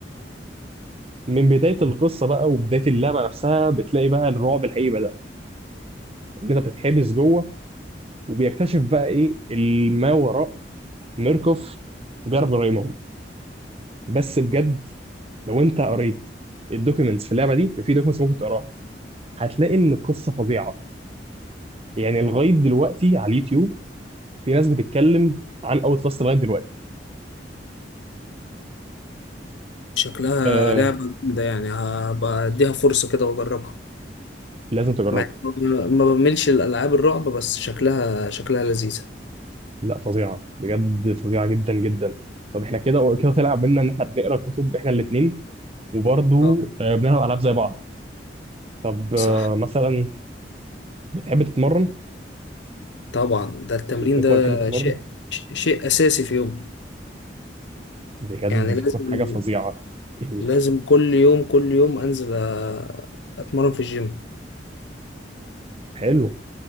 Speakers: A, on the right (about 35°); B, on the left (about 85°).
A: من بداية القصة بقى وبداية اللعبة نفسها بتلاقي بقى الرعب الحقيقي بدأ إن أنت بتتحبس جوه وبيكتشف بقى إيه الما وراء ميركوف وجارب جرايمهم بس بجد لو أنت قريت الدوكيومنتس في اللعبة دي في دوكيومنتس ممكن تقراها هتلاقي إن القصة فظيعة يعني لغاية دلوقتي على اليوتيوب في ناس بتتكلم عن أوت لاست لغاية دلوقتي
B: شكلها
A: آه
B: لعبة جامدة يعني هبقى اديها فرصة كده واجربها
A: لازم تجربها
B: مع إني ما ما بملش الالعاب الرعب بس شكلها شكلها لذيذة
A: لا فظيعة بجد فظيعة جدا جدا طب احنا كده كده طلع بينا إن احنا بنقرا كتب احنا الاتنين وبرضه
B: آه.
A: آه، بنلعب ألعاب زي بعض طب آه،
B: صح
A: مثلا بتحب تتمرن
B: طبعا ده التمرين
A: لما يكون
B: ده
A: في وقت بتحب تتمرن
B: شيء ش- شيء أساسي في يومي
A: بجد
B: يعني
A: بيكون
B: لازم
A: حاجة فظيعة <laughs> إيه.
B: لازم كل يوم كل يوم أنزل أ- أتمرن في الجيم
A: حلو